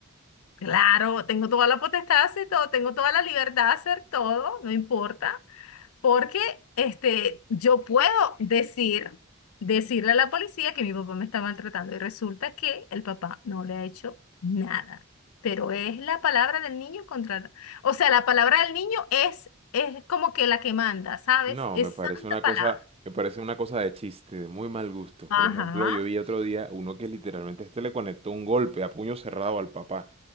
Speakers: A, on the left; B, on the right.
A: claro, tengo toda la potestad de hacer todo, tengo toda la libertad de hacer todo, no importa. Porque este, yo puedo decir, decirle a la policía que mi papá me está maltratando y resulta que el papá no le ha hecho nada. Pero es la palabra del niño contra O sea, la palabra del niño es, es como que la que manda, ¿sabes?
B: No,
A: Es
B: me parece
A: santa
B: una
A: palabra.
B: cosa, me parece una cosa de chiste, de muy mal gusto.
A: Ajá.
B: Por ejemplo, yo vi otro día uno que literalmente a este le conectó un golpe a puño cerrado al papá.